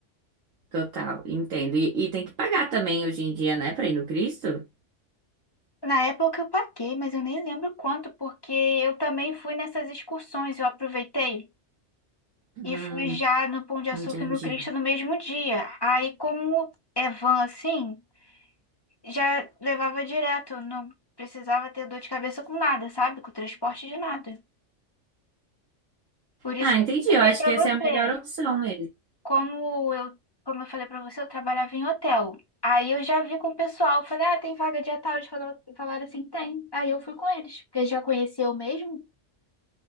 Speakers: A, on the right (about 85°); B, on the left (about 25°).
A: Total, entendo. E, e tem que pagar também hoje em dia, né, pra ir no Cristo?
B: Na época eu paguei, mas eu nem lembro quanto, porque eu também fui nessas excursões, eu aproveitei
A: Hum,
B: e fui já no Pão de Açúcar
A: entendi.
B: e no Cristo no mesmo dia. Aí como é van assim, já levava direto, não precisava ter dor de cabeça com nada, sabe? Com transporte de nada. Por isso
A: Ah,
B: que
A: entendi.
B: eu não toquei
A: Eu acho
B: pra
A: que essa
B: você.
A: é a melhor opção mesmo.
B: Como eu, como eu falei pra você, eu trabalhava em hotel. Aí eu já vi com o pessoal, falei, ah, tem vaga dia tal, eles falaram, falaram assim, tem. Aí eu fui com eles, porque já conhecia eu mesmo.